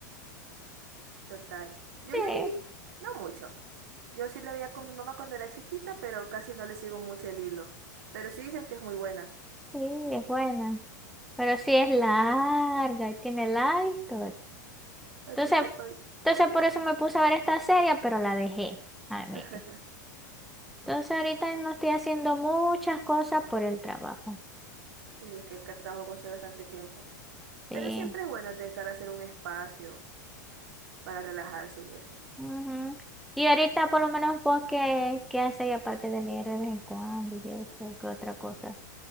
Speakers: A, on the right (about 75°); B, in the centre.
A: Total. Yo
B: Eh,
A: la vi, no mucho. Yo sí la veía con mi mamá cuando era chiquita, pero casi no le sigo mucho el hilo. Pero sí dicen que es muy buena.
B: Sí, sí, es buena. Pero sí es larga y tiene la historia.
A: Para
B: Entonces,
A: que sepa.
B: entonces por eso me puse a ver esta serie, pero la dejé a medio.
A: <laughs>
B: Entonces ahorita no estoy haciendo muchas cosas por el trabajo.
A: Y es que el que trabajo consume bastante tiempo.
B: Sí.
A: Pero siempre es bueno intentar hacer un espacio para relajarse y eso.
B: Ujú. Y ahorita por lo menos vos qué, qué hacéis aparte de leer de vez en cuando y eso, qué otra cosa.